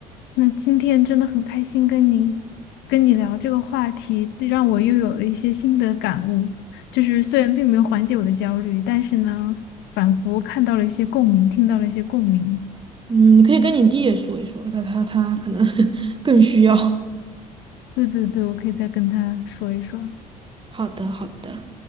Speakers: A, on the left; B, on the right.
A: 那今天真的很开心跟你跟你聊这个话题，这让我又有了一些新的感悟。就是虽然并没有缓解我的焦虑，但是呢，仿佛看到了一些共鸣，听到了一些共鸣。
B: 嗯，你可以跟你弟也说一说，他他他可能 <laughs> 更需要。
A: 对对对，我可以再跟他说一说。
B: 好的，好的。